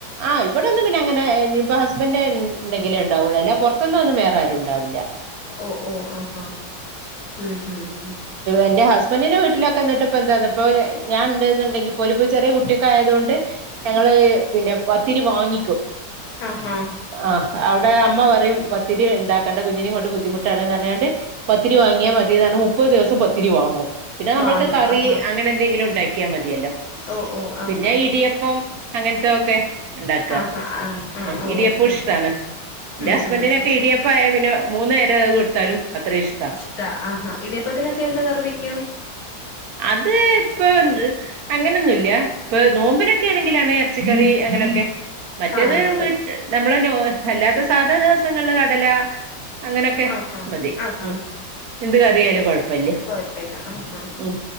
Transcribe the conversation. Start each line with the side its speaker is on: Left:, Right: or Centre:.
Right: ആഹ് ഇവിടൊന്നും പിന്നെ അങ്ങനെ ഇനി ഇപ്പോ ഹസ്ബൻഡ്. ഇണ്ടെങ്കിലേ ഉണ്ടാവുള്ളൂ അല്ലാതെ പുറത്ത് ന്നൊന്നും വേറെ ആരുണ്ടാവില്ല.
Left: ഓ ഓ ആഹ് ആഹ് ഉം ഹും
Right: എന്റെ ഹസ്ബൻഡറിനെ വീട്ടിലൊക്കെ എന്നിട്ട് ഇപ്പൊ എന്താ ഇപ്പ ഞാൻ ഇണ്ട് നിണ്ടങ്കിൽ പോലപ്പോ ചെറിയ കുട്ടിയൊക്കെ ആയതുകൊണ്ട്. ഞങ്ങള് പിന്നെ പത്തിരി വാങ്ങിക്കും.
Left: ആഹാ
Right: ആഹ് അവിടെ അമ്മ പറയും പത്തിരി ഇണ്ടാക്കണ്ട കുഞ്ഞിനേം കൊണ്ട് ബുദ്ധിമുട്ടാണ്ന്ന് പർഞ്ഞ്ങ്ങാണ്ട് പത്തിരി വാങ്ങിയാ മത് മുപ്പത് ദിവസം പത്തിരി വാങ്ങും. പിന്നെ നമ്മൾക്ക്
Left: വാങ്ങും
Right: കറി
Left: ആഹാ
Right: അങ്ങനെ എന്തെങ്കിലും ഉണ്ടാക്കിയാൽ മതിയല്ലോ.
Left: ഓ ഓ ആഹാ
Right: പിന്നെ ഇടിയപ്പം അങ്ങനത്ത ഒക്കെ ഇണ്ടാക്ക.
Left: ആഹാ
Right: ആഹ്
Left: ഓ
Right: ഇടിയപ്പോ
Left: ഓ ഉം
Right: ഇഷ്ടാണ്.
Left: ഉം
Right: എന്റെ ഹസ്ബൻഡിനൊക്കെ ഇടിയപ് പ്പായ പിന്നെ മൂന്നു നേരം അത് കൊടുത്താലും അത്രയും ഇഷ്ട.
Left: ട്ടാ ആഹാ ഇടിയപ്പതിനൊക്കെ എന്താ കറി വെക്കും.
Right: അത്പ്പൊ അങ്ങനൊന്നുല്ല ഇപ്പൊ നോമ്പിനെ ക്കെയാണെങ്കിലാണ് ഇറച്ചിക്കറി അങ്ങനൊക്കെ മറ്റേത്
Left: കാണുന്നത്
Right: വീട് നമ്മള് നോ അല്ലാതേസ് സാധാ ദിവസങ്ങളില് കടല അങ്ങനെയൊക്കെ
Left: ആഹാ
Right: മതി.
Left: ആഹാ
Right: ഉം എന്ത് കറിയാലും
Left: ഉം ഉം
Right: കൊഴപ്പില്ല.
Left: കൊഴപ്പില്ല ആഹാ
Right: ഉം